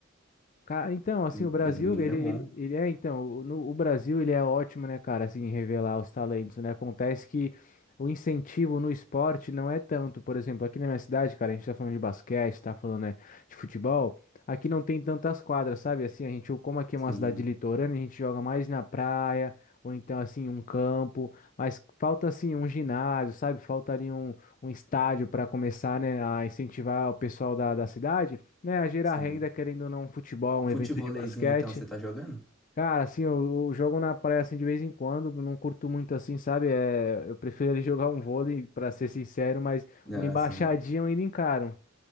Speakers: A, on the left; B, in the centre.
A: Ca- Então, assim,
B: M-
A: o Brasil,
B: Ele, menino
A: ele,
B: é bom,
A: ele, ele é, então, o- no, o Brasil, ele é ótimo, né, cara, assim, em revelar os talentos, né? Acontece que o incentivo no esporte não é tanto. Por exemplo, aqui na minha cidade, cara, a gente tá falando de basquete, tá falando, né, de futebol. Aqui não tem tantas quadras, sabe? Assim, a gente, como aqui
B: sim,
A: é uma cidade litorânea, a gente joga mais na praia, ou então, assim, um campo. Mas falta, assim, um ginásio, sabe? Falta ali um, um estádio para começar, né, a incentivar o pessoal da, da cidade né, a gerar
B: sim.
A: renda, querendo ou não, um futebol, um
B: Futevoleizinho,
A: evento de basquete.
B: então, você tá jogando?
A: Cara, assim, eu, eu jogo na praia assim de vez em quando, não curto muito assim, sabe? É, eu prefiro ele jogar um vôlei, pra ser sincero, mas
B: Ah,
A: uma embaixadinha
B: sim.
A: eu ainda encaro.